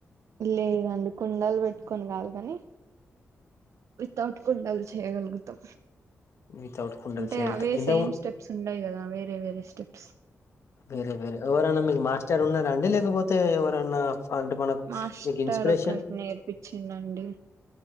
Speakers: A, on the right; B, on the left.
A: లేదండి కుండలు పెట్టుకొని కాదు కాని వితౌట్ కుండలు చేయగలుగుతా
B: వితౌట్ కుండలు
A: అంటే
B: చేయగలుగుతారు
A: అవే
B: ఇంత
A: సేమ్ స్టెప్స్ ఉండయి కదా వేరే వేరే స్టెప్స్
B: వేరే వేరే ఎవరన్నా మీకు మాస్టర్ ఉన్నారా అండి లేకపోతే ఎవరన్నా అంటే మనకు
A: మాస్టర్
B: మీకు ఇన్స్పిరేషన్
A: ఒకటి నేర్పించిందండి